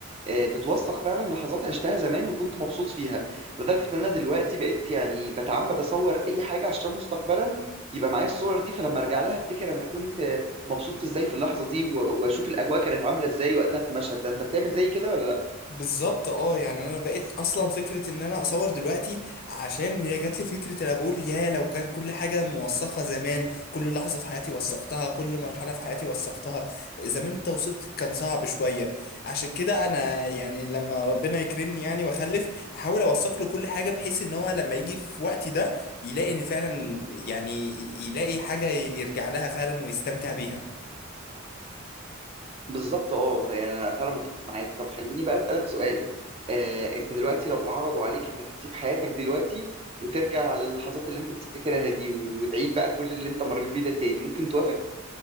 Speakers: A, on the right; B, on the left.
A: آه، بتوثق فعلا لحظات عشتها زمان وكنت مبسوط فيها لدرجه ان انا دلوقتي بقيت يعني بتعمد اصور اي حاجه عشان مستقبلا يبقى معايا الصور دي فلما ارجع لها افتكر انا كنت آه، مبسوط ازاي في اللحظه دي و- واشوف الاجواء كانت عامله ازاي وقتها في المشهد ده انت بتعمل زي كده ولا لا
B: بالظبط اه يعني انا بقيت اصلا فكره ان انا اصور دلوقتي عشان هي جات لي فكره انا بقول يا لو كان كل حاجه موثقه زمان كل لحظه في حياتي وثقتها كل مرحله في حياتي وثقتها زمان التوثيق كان صعب شويه عشان كده انا يعني لما ربنا يكرمني يعني واخلف احاول اوثق له كل حاجه بحيث ان هو لما يجي في وقتي ده يلاقي ان فعلا يعني يلاقي حاجه يرجع لها فعلا ويستمتع بيها
A: بالظبط اه طيب يعني انا فعلا متفق معاك طب خليني بقى اسالك سؤال آه انت دلوقتي لو عرضوا عليك انك تسيب حياتك دلوقتي وترجع للحظات اللي انت بتفتكرها دي وتعيد بقى كل اللي انت مريت بيه ده تاني ممكن توافق